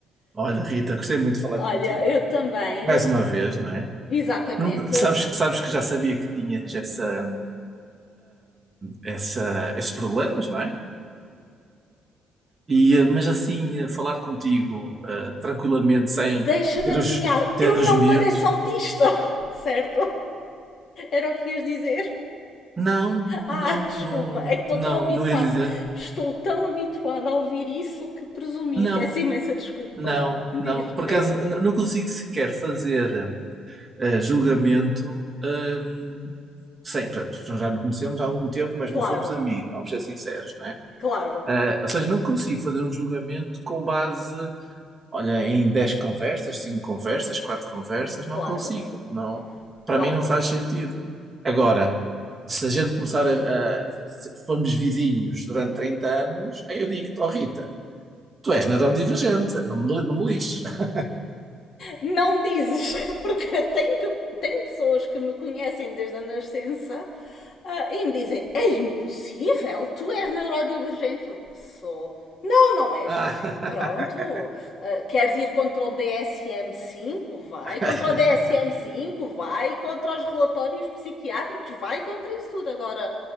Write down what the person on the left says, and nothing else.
Olha,
eu também,
exatamente.
Deixa-me
adivinhar,
eu
não
pareço autista, <laughs> certo? Era o que ias dizer?
Ah,
desculpa,
é que estou
tão habituada.
Estou tão habituada a ouvir isso que presumi.
Peço imensa desculpa,
diz
Pedro.
Claro,
claro,
claro,
claro.
não dizes, <laughs> porque tenho, que, tenho pessoas que me conhecem desde a nascença ah, e me dizem: é impossível, tu és neurodivergente. Eu sou. Não, não és.
Pronto, ah, queres ir contra o dsm cinco Vai
contra o dsm cinco vai contra os relatórios psiquiátricos, vai contra isso tudo. Agora,